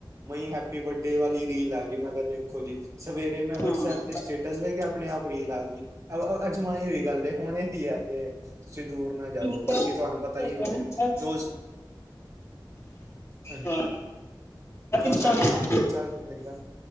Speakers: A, on the right (about 40°); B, on the left (about 30°).
A: ਮੇ ਹੈਪੀ ਬਰਡੇ ਵਾਲੀ ਰੀਲ ਆਂ ਗਈ ਮੈਂ ਕਿਹਾ ਦੇਖੋ ਜੀ। ਸਵੇਰੇ ਮੈਂ ਵਟਸਐਪ
B: ਹਾਂ
A: ਤੇ ਸਟੇਟਸ ਵੇਖਿਆ ਆਪਣੇ ਆਪ ਰੀਲ ਆ ਗਈ। ਆ ਅਜ ਅਜਮਾਈ ਹੋਈ ਗੱਲ ਹੈ ਹੁਣੇ ਤ ਹੈ ਤੁਸੀਂ ਦੂਰ ਨਾ ਜਾਓ
B: ਇੰਸਟਾ
A: ਬਾਕੀ ਤੁਹਾਨੂੰ
B: ਇੰਸਟਾਗ੍ਰਾਮ
A: ਪਤਾ ਹੀ ਹੋਣਾ
B: ਹੈ
A: ਜੋ ਹਾਂਜੀ
B: ਹਾਂ
A: ਜੋ
B: ਇੰਸਟਾਗ੍ਰਾਮ
A: ਸਾਡੇ ਮਾਇੰਡ ਚੱਲ ਰਹੀ ਆ